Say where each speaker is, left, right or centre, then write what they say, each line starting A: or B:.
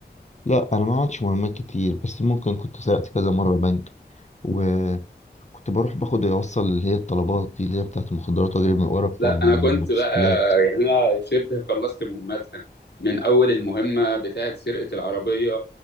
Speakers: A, on the left; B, on the left.
A: لا انا ما عادش مهمات كتير بس ممكن كنت سرقت كذا مره بنك وكنت بروح باخد اوصل اللي هي الطلبات دي اللي هي بتاعت المخدرات واجري من ورا بتوع
B: لا
A: الموتوسيكلات
B: أنا كنت بقى يعني أنا شبه خلصت مهمتها من أول المهمة بتاعة سرقة العربية